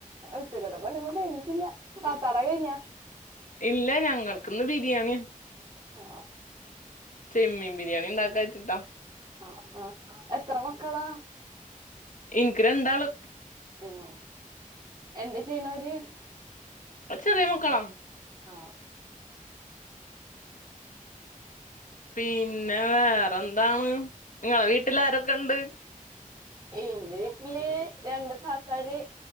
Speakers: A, on the right; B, on the left.
A: ഉച്ചക്കത്തെ പണി ഒന്നും കഴഞ്ഞിട്ടില്ല താത്താടെ കഴിഞ്ഞ
B: ഇല്ല ഞങ്ങൾക്ക്ന്ന് ബിരിയാണിയ
A: ആ
B: ചെമ്മീം ബിരിയാണി ണ്ടാക്കച്ച്ട്ടാ
A: ആ ആ എത്ര മക്കളാ
B: ഇൻക്ക് രണ്ടാള്
A: ഉം എന്ത ചെയ്യണവര്
B: ചെറിയ മക്കളാ
A: ആ
B: പിന്നെ വേറെന്താണ് നിങ്ങളെ വീട്ടിൽ ആരൊക്കെ ഉണ്ട്
A: ഇൻ്റെ വീട്ടില് രണ്ട് താത്താര്